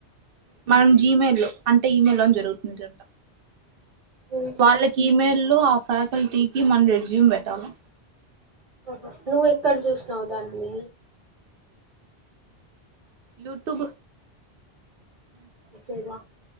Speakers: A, on the right (about 65°); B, on the right (about 50°).
A: <inaudible> మనం జీమెయి లో అంటే ఈమెయిల్ లో జరుగుతుందింట
B: ఉహు
A: వాళ్ళకి ఇమెయిల్ లొ ఆ ఫ్యాకల్టీకి మనం రెజ్యూమ్ పెట్టాలి
B: ఆహా నువ్వు ఎక్కడ చూసినావు దానిని
A: యూట్యూబ్
B: అకేవా